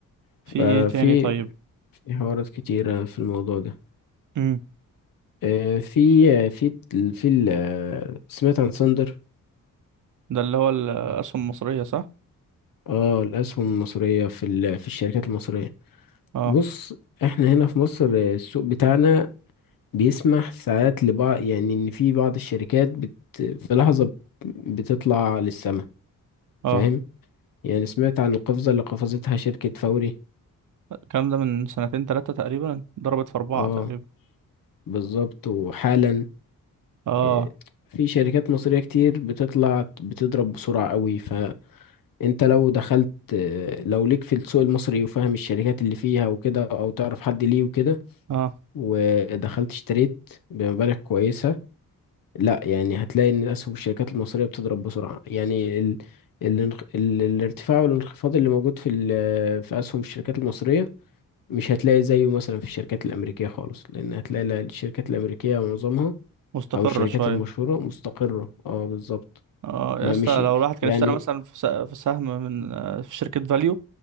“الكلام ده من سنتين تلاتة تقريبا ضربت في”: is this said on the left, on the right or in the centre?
Right